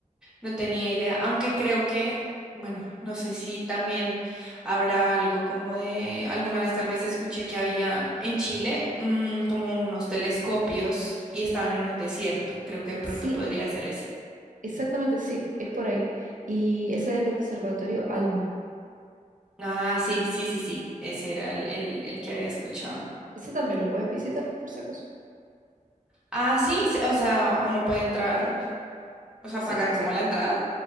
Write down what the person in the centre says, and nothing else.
no tenía idea. Aunque creo que, bueno, no sé si también habrá algo como de, alguna vez tal vez escuché que había en Chile mm, como unos telescopios y estaban en un desierto. Creo que de pronto
podría ser ese.
Ah, sí, sí, sí, sí. Ese era el, el, el que había escuchado.
Ah, sí, se- o sea, uno puede entrar. O sea,
pagar
como
la entrada